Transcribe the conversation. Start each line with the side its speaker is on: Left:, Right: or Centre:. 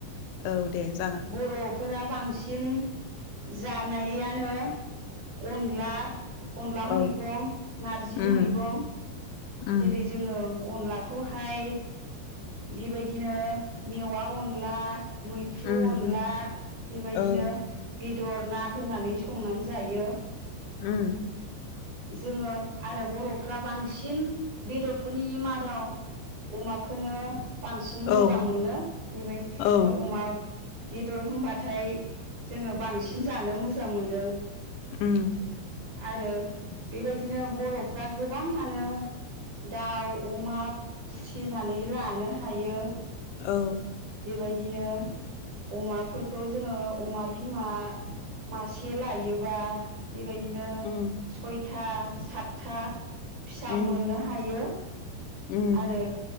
Left: औ दे जागोन
Right: बर' फोरा बांसिन जानायानो अनला अनला मैगं
Left: औ
Right: नारजि
Left: उम
Right: मैगं
Left: उम
Right: जेरै जोङो अनलाखौहाय बेबायदिनो मेवा अनला मैथ्रु
Left: उम
Right: अनला
Left: उम
Right: बेबायदिनो
Left: औ
Right: बेदर ना होनानै संनानै जायो।
Left: उम
Right: जोङो आरो बर'फ्रा बांसिन बेदरफोरनि मादाव अमाखौनो बांसिन मोजां
Left: औ
Right: मोनो बेबायदिनो
Left: औ
Right: अमा बेदर होनबाथाय जोङो बांसिन जानो मोजां मोनो।
Left: उम
Right: आरो बेबायदि बिदिनो बर'फ्रा गोबाङानो दाउ अमा फिसिनानै लानो हायो
Left: औ
Right: बेबायदिनो अमाफोरखौ जोङो अमा बिमा मासे लायोबा बेबायदिनो
Left: उम
Right: सयथा था सातथा फिसा
Left: उम
Right: मोननो हायो
Left: उम
Right: आरो